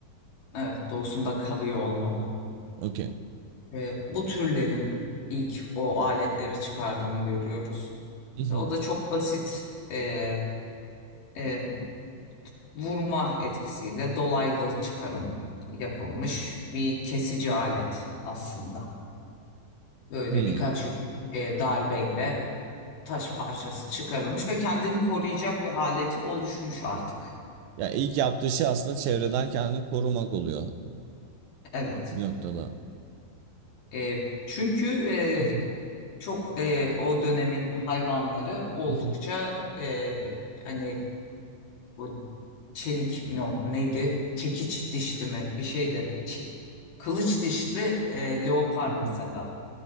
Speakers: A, on the left; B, on the right.
A: Evet, doğusunda kalıyor olmalı.
B: Okey.
A: Ee, bu türlerin ilk o aletleri çıkardığını görüyoruz.
B: Mhm.
A: Ve o da çok basit e, e, vurma etkisiyle dolaylı çıkarım yapılmış bir kesici alet aslında. Böyle
B: Hmm.
A: birkaç e, darbeyle taş parçası çıkarılmış ve kendini koruyacak bir aleti oluşmuş artık.
B: Ya ilk yaptığı şey aslında çevreden kendini korumak oluyor
A: Evet.
B: bir noktada.
A: E, çünkü e,
B: Mhm.
A: çok e, o dönemin hayvanları oldukça
B: Mhm.
A: e, hani bu çelik mi yok, neydi? Çekiç dişli mi bir şeydi. Çe- kılıç dişli e, leopar
B: Mhm.
A: mesela.